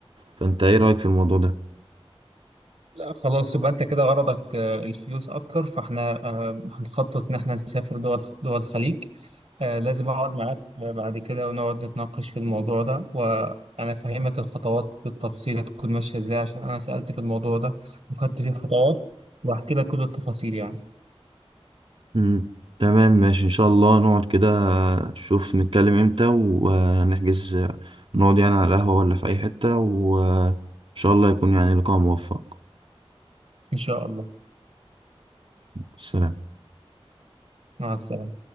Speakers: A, on the right; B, on the right.
A: فانت ايه رأيك في الموضوع ده
B: لا خلاص يبقى أنت كده غرضك آه، الفلوس أكتر فإحنا آه، هنخطط إن إحنا نسافر دول دول الخليج آه، لازم أقعد معاك آه، بعد كده ونقعد نتناقش في الموضوع ده وأنا أفهمك الخطوات بالتفصيل هتكون ماشية إزاي عشان أنا سألت في الموضوع ده وخدت فيه خطوات وهحكي لك كل التفاصيل يعني
A: مم. تمام ماشي ان شاء الله نقعد كده نشوف نتكلم امتى ونحجز نقعد يعني على القهوة ولا في اي حتة وان شاء الله يكون يعني لقاء موفق
B: إن شاء الله
A: سلام
B: مع السلامة